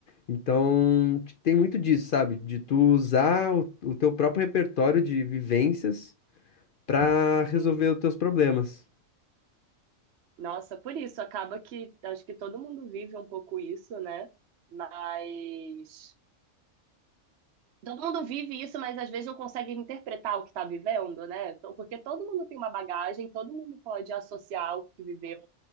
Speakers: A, on the left (about 60°); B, on the right (about 60°).
A: Então, t- tem muito disso, sabe? De tu usar o, o teu próprio repertório de vivências pra resolver
B: sim.
A: os teus problemas.
B: Nossa, por isso, acaba que acho que todo mundo vive um pouco isso, né? Mas. Todo mundo vive isso, mas às vezes não consegue interpretar o que está vivendo, né? Então, Porque todo mundo tem uma bagagem, todo mundo pode associar o que viveu